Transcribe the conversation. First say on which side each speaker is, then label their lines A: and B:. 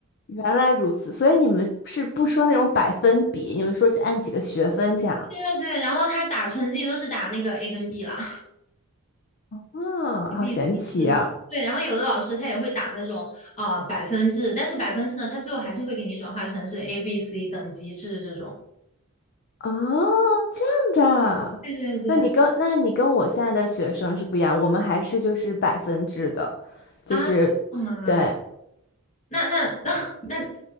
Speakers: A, on the left; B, on the left.
A: 原来如此，所以你们是不说那种百分比，你们说是按几个学分这样，
B: 对对对，然后他打成绩都是打那个 A 跟 B 啦
A: 嗯，
B: ，A，B
A: 好神奇啊，
B: C <laughs> 是的。对，然后有的老师他也会打那种啊百分制，但是百分制呢，他最后还是会给你转化成是 A、B、C 等级制这种。
A: 哦，这样的啊，
B: 对对对，
A: 那你跟那你跟我现在的学生是不一样，我们还是就是百分制的，就是。
B: 啊，干嘛？
A: 对，
B: 那那 <laughs> 那那